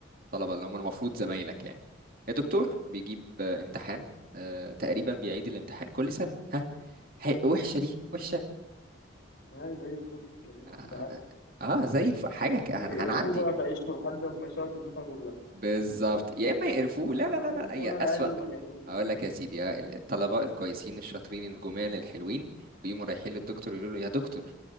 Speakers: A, on the right (about 45°); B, on the left (about 60°).
A: الطلبه اللي هم المفروض زمايلك يعني الدكتور بيجيب آه، امتحان آه، تقريبا بيعيد الامتحان كل سنه ها هي- وحشه دي وحشه
B: لا زي الفل جميل
A: اه
B: ده عسل
A: آه، آه، زي الف... حاجه ك- هن-
B: يقرفوه
A: هنعدي
B: بقى في عيشته لحد ما يسقط الدفعة كلها
A: بالظبط يا اما يقرفوه
B: اه
A: لا لا لا
B: عارف
A: لا يا
B: وانا العيال
A: اسوأ
B: المجانين دي
A: اقول لك يا سيدي ها، ال- الطلبه الكويسين الشاطرين الجمال الحلوين بيقوموا رايحين للدكتور يقولوا له يا دكتور